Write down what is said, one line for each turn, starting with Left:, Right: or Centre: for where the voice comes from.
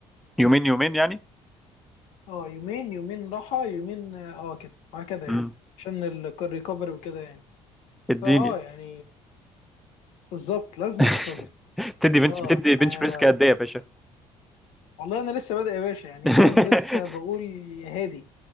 Centre: يومين يومين يعني
Left: اه يومين يومين راحة يومين اه كده وهكذا
Centre: امم
Left: يعني عشان الريكفري وكده يعني
Centre: اديني
Left: فاه يعني بالظبط لازم
Centre: <laughs>
Left: ريكفري
Centre: بتدي بنش
Left: اه
Centre: بتدي بنش
Left: آه،
Centre: بريس قد ايه يا باشا
Left: والله أنا لسه بادئ يا باشا يعني
Centre: <laughs>
Left: فاهم لسه بقول يا هادي